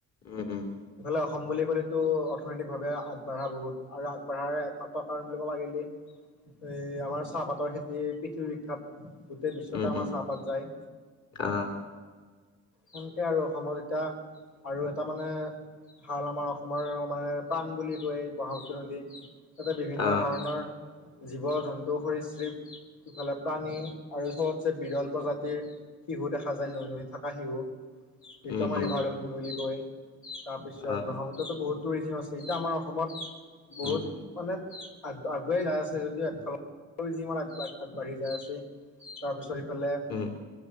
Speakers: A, on the left (about 60°); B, on the left (about 85°).
A: উম উম।
B: ইফালে অসম বুলি ক'লেতো অৰ্থনৈতিকভাৱে আগবাঢ়া বহুত আৰু আগবাঢ়াৰ একমাত্ৰ কাৰণ বুলি ক'ব গ'লে - এই আমাৰ চাহপাতৰ খেতি পৃথিৱী বিখ্যাত - গোটেই বিশ্বতে
A: উম
B: আমাৰ
A: উম
B: চাহপাত যায়।
A: আহ
B: সেনকে আৰু অসমত এতিয়া আৰু এ- টা মানে ভাল আমাৰ অসমৰ মানে প্ৰাণ বুলি কয় ব্ৰহ্মাপুত্ৰ নদী। তাতে বিভিন্ন
A: আহ
B: ধৰণৰ - জীৱ জন্তু সৰিশ্ৰিপ ইফালে প্ৰাণী আৰু চবতছে বিৰল প্ৰজাতিৰ - শিশু দেখা যায় নৈ নৈ থকা শিশু যিটো
A: উম
B: আমাৰ
A: উম
B: ৰিভাৰ ডলফিন বুলি কয়। তাৰপিছত
A: আহ
B: ব্ৰহ্মপুত্ৰতো বহুত টুৰিজিম আছে এতিয়া আমাৰ অসমত বহুত
A: উম উম
B: মানে আগবাঢ়ি যায় আছে যদিও একফালৰ টুৰিজিমত আগবাঢ়ি যাই আছে তাৰপিছত ইফালে
A: উম